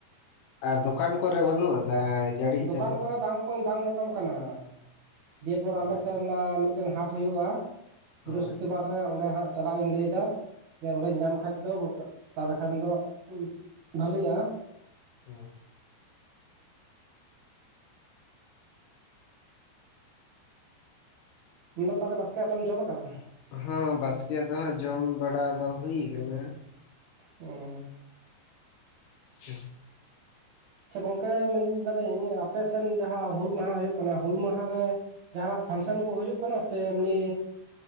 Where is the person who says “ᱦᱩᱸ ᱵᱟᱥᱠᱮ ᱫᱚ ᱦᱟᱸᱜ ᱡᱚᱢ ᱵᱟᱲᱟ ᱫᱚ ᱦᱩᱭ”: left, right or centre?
Left